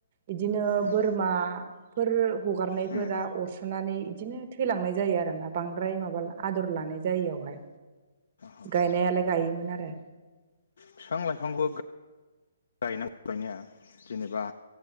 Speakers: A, on the right; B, on the left.
A: बिदिनो
B: उम
A: बोरमाफोर हगारनायफोरा
B: उम
A: अरस'नानै इदिनो थैलांनाय जायो आरोना बांद्राय माबा आदर लानाय जाययावहाय
B: उम
A: गायनायालाय गायोमोन आरो
B: फिफां लाइफांबो गा गायनां गायनाया जेनेबा